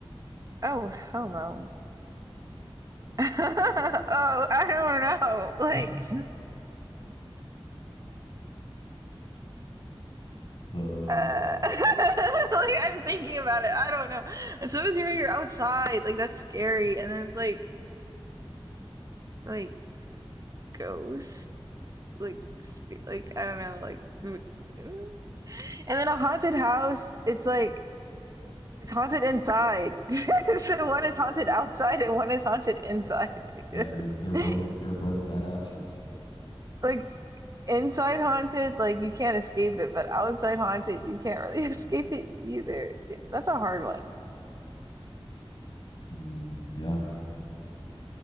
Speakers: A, on the right (about 35°); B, on the left (about 55°).
A: Oh, hell no. <laughs> Oh, I don't know. Like
B: <laughs> so
A: uh, <laughs> like I'm thinking about it. I don't know. Sometimes you're you're outside, like that's scary, and then it's like like ghosts, like sp- like I don't know, like mm, mm. and then a haunted house. It's like it's haunted inside. <laughs> so one is haunted outside, and one is haunted inside.
B: yeah,
A: <laughs>
B: they're they're both
A: Like,
B: they're both bad options.
A: like inside haunted, like you can't escape it, but outside haunted, you can't really <laughs> escape it either. Damn, that's a hard one.
B: Mm, yeah,